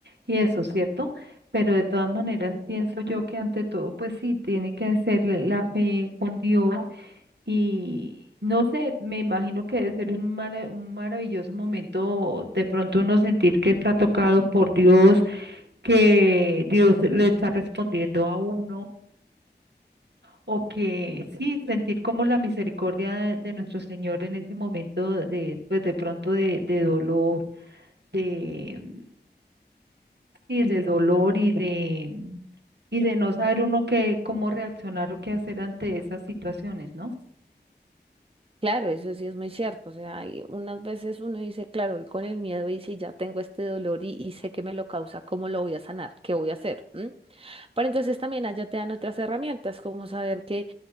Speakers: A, on the right; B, on the right.
A: y eso, ¿cierto? Pero de todas maneras pienso yo que ante todo, pues sí, tiene que ser la la fe con Dios, y no sé, me imagino que debe ser un, mara- un maravilloso momento de pronto uno sentir que está tocado por Dios, que Dios le está respondiendo a uno, o que sí, sentir como la misericordia de, de nuestro Señor en ese momento de, pues de pronto de, de dolor, de, sí, de dolor y de, y de no saber uno qué, cómo reaccionar o qué hacer ante esas situaciones, ¿no?
B: Claro, eso sí es muy cierto. O sea, hay unas veces uno dice, claro, voy con el miedo y si ya tengo este dolor y, y sé que me lo causa, ¿cómo lo voy a sanar? ¿Qué voy a hacer? ¿Mm? Pero entonces también allá te dan otras herramientas, como saber que